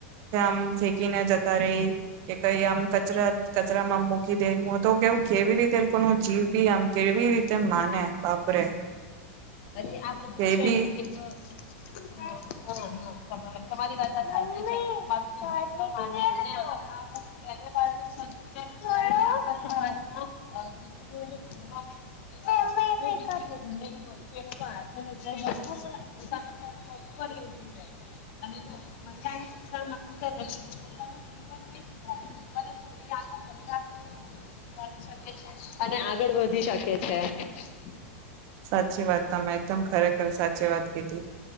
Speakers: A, on the right; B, on the left.
A: મ ફેકીને જતા રહી, કે કઈ આમ
B: હા
A: કચરા કચરામાં મૂકી દે હ તો કેવું ઘેવી એ રીતે લોકોનું જીવ બી આમ કેવી રીતે માને, બાપરે.
B: અરે આ બધું
A: એ
B: છે
A: બી
B: ને એક હ હરી <unintelligible> લોકો આત્મનર્ભર બન શિક્ષ જ એ પરવાર જધારીકે છે અને આગળ વધી શકે છે <unintelligible>
A: સાચી વાત. તમે એકદમ ખરેખર સાચી વાત ખેતી.